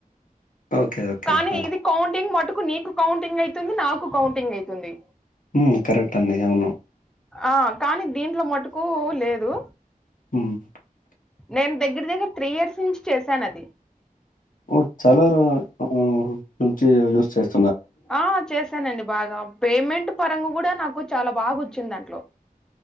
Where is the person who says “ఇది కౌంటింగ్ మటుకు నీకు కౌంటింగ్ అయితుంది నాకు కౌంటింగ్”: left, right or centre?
Centre